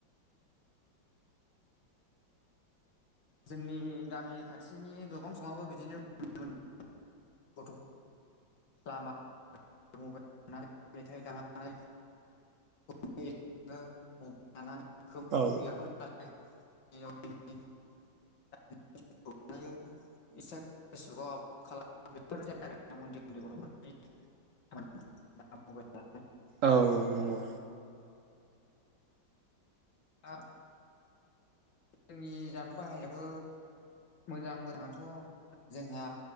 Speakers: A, on the left (about 70°); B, on the right (about 60°).
A: जोंनि गामि खाथिनि गोबां समङाबो बिदिनो नुनो <unintelligible> गथ' लामा मबे ना मेथाय दामनाय <unintelligible>
B: औ
A: <unintelligible> <inaudible> <unintelligible> <unintelligible>
B: औ औ नंगौ।
A: हा जोंनि जामबुं बाहायाबो मोजां मोजाङाथ' जोंहा